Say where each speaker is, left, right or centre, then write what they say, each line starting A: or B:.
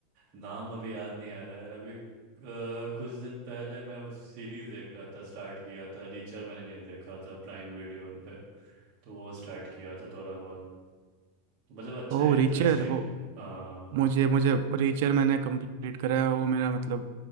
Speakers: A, on the right; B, on the right.
A: नाम अभी याद नहीं आ रहा है अभी अ, कुछ दिन पहले मैं वो सीरीज देख रहा था स्टार्ट किया था रीचर मैंने नहीं देखा था प्राइम वीडियो पे तो वो स्टार्ट किया था थोड़ा बहुत तो मतलब अच्छा
B: ओ
A: है इंटरेस्टिंग
B: रीचर वो
A: हाँ
B: मुझे मुझे रीचर मैंने कंप्लीट करा है वो मेरा मतलब